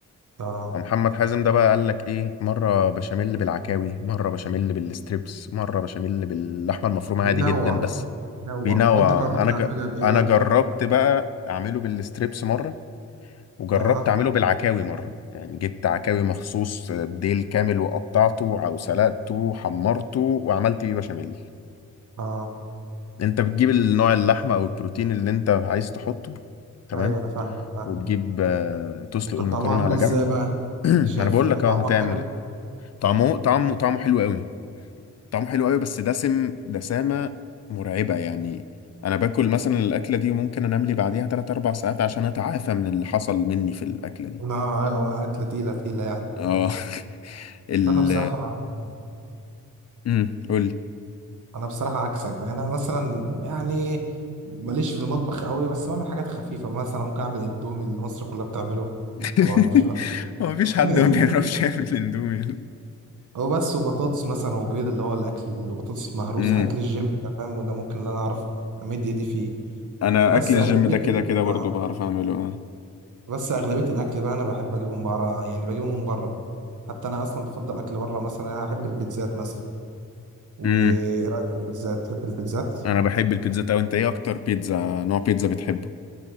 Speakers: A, on the right (about 65°); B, on the left (about 50°).
A: اه
B: محمد حازم ده بقى قال لك ايه مره بشاميل بالعكاوي مره بشاميل بالستريبس مره بشاميل باللحمه المفرومه
A: بينوع
B: عادي جدا بس
A: نوع
B: بينوع
A: وانت قررت
B: انا
A: تعملها
B: ج...
A: بايه
B: انا
A: بقى
B: جربت بقى اعمله بالستريبس مره وجربت
A: اه
B: اعمله بالعكاوي مره يعني جبت عكاوي مخصوص ديل كامل وقطعته او سلقته وحمرته وعملت بيه بشاميل
A: اه
B: انت بتجيب النوع اللحمة او البروتين اللي انت عايز تحطه تمام
A: ايوه انا فاهمك فاهمك
B: وتجيب آه، تسلق
A: وكان
B: المكرونة
A: طعمها عامل
B: على
A: ازاي
B: جنب
A: بقى
B: <clears throat> ما
A: انت شايف
B: انا بقول
A: لا
B: لك
A: طعمها
B: اه هتعمل
A: حلو
B: طعمه طعمه طعمه حلو قوي طعمه حلو قوي بس دسم دسامة مرعبة يعني انا باكل مثلا الاكلة دي وممكن انام لي بعديها 3 4 ساعات عشان اتعافى من اللي حصل مني في الاكلة دي
A: لا ايوه اكله تقيله تقيله يعني
B: اه <laughs> ال
A: لا انا بصراحه
B: امم قول لي
A: انا بصراحه عكسك بقى انا مثلا يعني ماليش في المطبخ قوي بس بعمل حاجات خفيفه مثلا ممكن اعمل اندومي اللي مصر كلها بتعمله
B: <laughs>
A: طبعا مفيش حد
B: هو مفيش
A: <laughs>
B: حد ما بيعرفش يعمل اندومي
A: هو بس وبطاطس مثلا وبيض اللي هو الاكل اللي بطاطس مهروس
B: امم
A: اكل الجيم ده فاهم وده ممكن اللي انا اعرف امد ايدي فيه
B: انا
A: بس
B: اكل الجيم
A: اغلبيه
B: ده كده
A: ال...
B: كده برضو
A: آه.
B: بعرف اعمله اه
A: بس اغلبيه الاكل بقى انا بحب اجيبه من بره يعني بجيبه من بره حتى انا اصلا بفضل اكل بره مثلا انا احب البيتزات مثلا وايه
B: امم
A: رايك في البيتزات تحب البيتزات
B: انا بحب البيتزا طب انت ايه اكتر بيتزا نوع بيتزا بتحبه